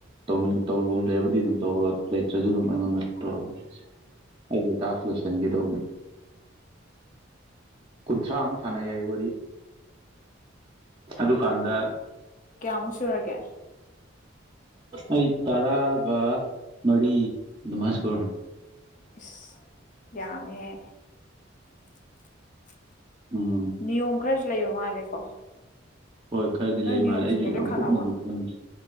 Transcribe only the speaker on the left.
ꯑꯣ ꯀꯌꯥꯃꯨꯛ ꯁꯨꯔꯒꯦ
ꯏꯁ ꯌꯥꯝꯃꯦꯍꯦ
ꯅꯤꯌꯣꯝ ꯈꯔꯁꯨ ꯂꯩꯕ ꯃꯥꯜꯂꯦꯀꯣ
ꯅꯪ
ꯅꯤꯌꯣꯝꯁꯤꯡꯗꯣ
ꯂꯣꯏ
ꯈꯪꯉꯕ